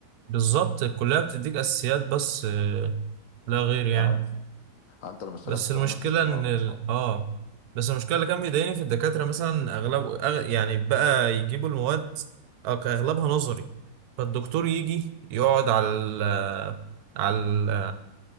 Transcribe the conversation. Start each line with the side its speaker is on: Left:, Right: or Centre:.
Right: بالظبط الكلية بتديك أساسيات بس آه، لا غير يعني
Left: اه آه، انت لو ما اشتغلتش
Right: بس المشكلة
Left: على نفسك
Right: إن
Left: يبقى ما
Right: ال...
Left: عملتش حاجة
Right: آه بس المشكلة اللي كان بيضايقني في الدكاترة مثلا أغلب أغ... يعني بقى يجيبوا المواد أغ- أغلبها نظري فالدكتور يجي يقعد على ال... على ال...